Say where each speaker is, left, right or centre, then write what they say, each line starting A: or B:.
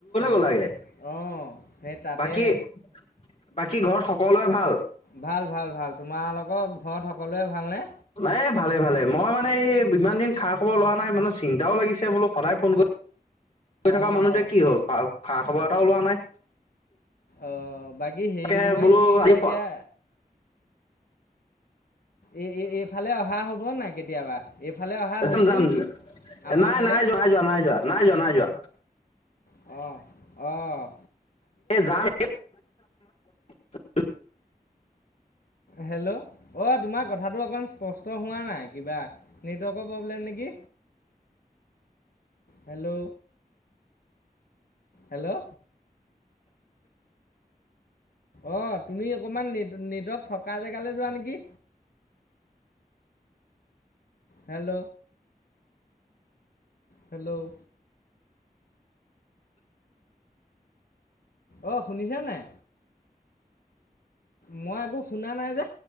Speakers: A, on the left (about 70°); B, on the left (about 45°).
A: অঁ
B: গ'লাগে
A: অঁ, সেই তাতে
B: বাকী বাকী ঘৰত সকলোৱে ভাল।
A: ভাল ভাল-ভাল। তোমালোকৰ ঘৰত সকলোৱে ভালনে?
B: এ ভালে ভালে, মই মানে এই ইমান দিন খা খ'বৰ লোৱা নাই মানে চিন্তাও লাগিছে বোলো সদায় ফোন কৰি থকা
A: অঁ
B: মানুহটোৱে কি হ'ল, খা খবৰ
A: অ',
B: এটাও ওলোৱা নাই,
A: অ', বাকী হেৰি
B: তাকে
A: নহয়
B: বোলো
A: কি কয়
B: আহি
A: এতিয়া এ- এ এইফালে অহা হ'ব কোৱা নাই কেতিয়াবা। এইফালে অহা
B: একদম
A: হৈছে
B: যাম,
A: নেকি? আমাৰ
B: নাই
A: ফালে
B: নাই যোৱা-নাই যোৱা-নাই যোৱা।
A: অঁ, অঁ।
B: এই যাম <unintelligible> <unintelligible>
A: হেল্ল' অঁ তোমাৰ কথাটো অকণ স্পষ্ট হোৱা নাই কিবা, নেটৱৰ্কৰ প্ৰব্লেম নেকি, হেল্ল' হেল্ল'। অঁ তুমি অকমান নেটৱৰ্ক থকা জেগালৈ যোৱা নেকি। হেল্ল'। হেল্ল' অঁ শুনিছা নাই। মই একো শুনা নাই যে।